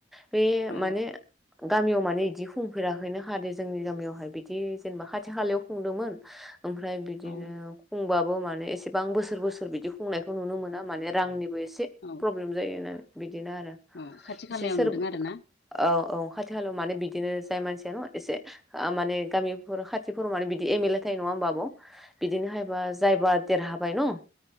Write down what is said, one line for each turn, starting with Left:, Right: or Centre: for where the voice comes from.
Centre: बे
Left: औ
Centre: माने गामियाव माने इदि खुंफेराखैनो खा दे जोंनि गामियावहाय बिदि जेनबा खाथि खालायाव खुंदोंमोन। ओमफ्राय बिदिनो
Left: औ
Centre: खुंबा बो एसेबां बोसोर बोसोर बिदि खुंनायखौ नुनो मोना माने रांनिबो एसे
Left: औ
Centre: प्रब्लेम जायो होननानै बिदिनो आरो
Left: औ खाथि खालायाव
Centre: इसे सोर
Left: नुदों
Centre: औ
Left: आरो ना
Centre: औ खाथि खालायाव मानो बिदिनो जाय मानसियान' एसे ओ माने गामिफोर खाथिफोराव माने बिदि एम एल ए थायो नङा ओमबा आब' बिदिनो हायबा जायबा देरहाबाय न